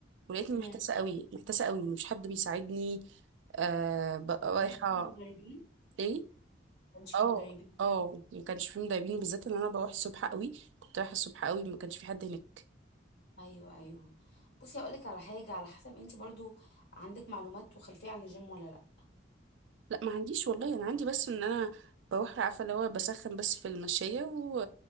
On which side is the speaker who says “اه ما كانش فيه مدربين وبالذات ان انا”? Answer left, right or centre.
Right